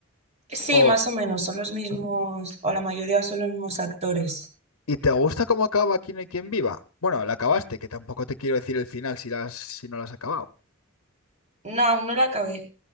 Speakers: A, on the right (about 30°); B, on the left (about 75°).
A: Sí,
B: O,
A: más o menos, son los mismos, o la mayoría son los mismos actores.
B: ¿y te gusta cómo acaba Aquí no hay quien viva? Bueno, la acabaste, que tampoco te quiero decir el final si la has- si no la has acabado.
A: No, aún no la acabé.